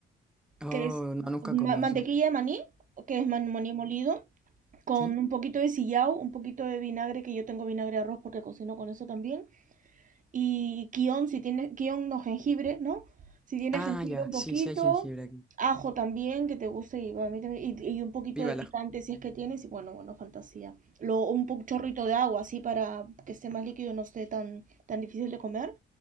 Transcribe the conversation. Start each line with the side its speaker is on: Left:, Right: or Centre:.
Centre: Oh,
Right: que es
Centre: no, nunca
Right: ma-
Centre: comí
Right: mantequilla
Centre: eso.
Right: de maní, que es man- maní molido, con
Centre: ¿Sí?
Right: un poquito de sillao, un poquito de vinagre, que yo tengo vinagre de arroz porque cocino con eso también, y kion, si tiene, kion no jengibre, ¿no? Si tiene
Centre: Ah,
Right: jengibre
Centre: ya,
Right: un poquito,
Centre: sí, sí hay jengibre aquí.
Right: ajo también, que te guste, y, a mí también- y, y un poquito
Centre: Viva
Right: de picante
Centre: la...
Right: si es que tienes, y bueno, bueno, fantasía. Lo, un po- chorrito de agua, así, para que esté más líquido no esté tan, tan difícil de comer,